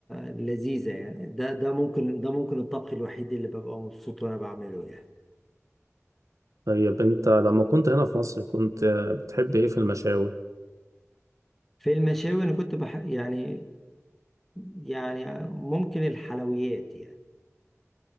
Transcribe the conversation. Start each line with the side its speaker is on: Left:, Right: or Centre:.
Centre: لذيذة يعني ده ده ممكن ده ممكن الطبخ الوحيد اللي ببقى مبسوط وانا بعمله يعني
Right: طيب انت لما كنت هنا في مصر كنت بتحب ايه في المشاوي
Centre: في المشاوي انا كنت بح... يعني يعني ممكن الحلويات يعني